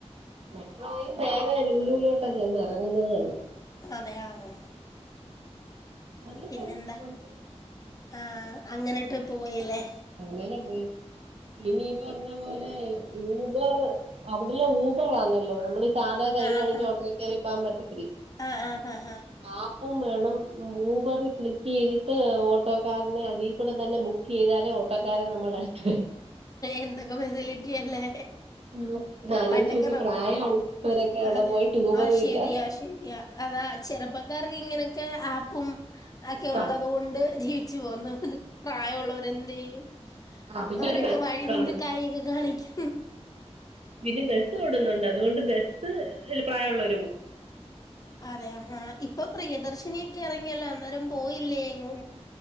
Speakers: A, on the right (about 60°); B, on the left (about 30°).
A: മെട്രോയും നേരെ ലൂലൂലോട്ട ചെന്ന് ഇറങ്ങുന്നത് തന്നെ
B: അതെയ ആ
A: നല്ല
B: പിന്നെന്താ
A: രസം.
B: ആഹ് അങ്ങനെ ട്രിപ്പ് പോയില്ലേ
A: അങ്ങനെ പോയി ഇന്നീ പറഞ്ഞ പോലെ ഊബർ അവിടെല്ല ഊബറാന്നല്ലോ നമ്മൾ സാധാ കൈയണിച്ച
B: ആ ആ
A: ഓട്ടോ കേറി പോവാൻ പറ്റത്തില്ല
B: ആ ആ ആ ആ.
A: ആപ്പും വേണം ഊബർ ക്ലിക്ക് ചെയ്തിട്ട് ഓട്ടോക്കാരനെ അതി കൂടെ തന്നെ ബുക്ക് ചെയ്താലെ ഓട്ടോക്കാരൻ നമ്മടെ അടുത്ത് വരു
B: എന്തൊക്കെ ഫെസിലിറ്റി അല്ലേ
A: ഒന്ന് ആലോചിച്ച്
B: പണ്ടക്ക
A: നോക്കിയേ പ്രായമുള്ളവരൊക്കെ അവിടെ
B: അതെ
A: പോയിട്ട് ഊബറും
B: ആഹ് ശരിയാ
A: ഇല്ല
B: ശരിയാ അതാ ചെറുപ്പക്കാർക്ക് ഇങ്ങനെയൊക്കെ ആപ്പും ഒക്കെ ഉള്ളത്
A: ആ
B: കൊണ്ട് ജീവിച്ചു പോന്ന് പ്രായമുള്ളവരെന്ത് ചെയ്യും
A: ആ പിന്നെ
B: അവരൊക്കെ
A: ഒരു ബസ്
B: വഴി
A: കൂടെ
B: നിന്ന്
A: ഓടുന്നു
B: കായൊക്കെ കാണിക്കും
A: പിന്നെ ബസ്സ് ഓടുന്നുണ്ട് അതുകൊണ്ട് ബസ്സ്ല് പ്രായ ള്ളെ
B: അതെ ഇപ്പൊ പ്രിയദർശിനിയൊക്കെ ഇറങ്ങിയല്ലോ അന്നേരം പോയില്ലേ എങ്ങും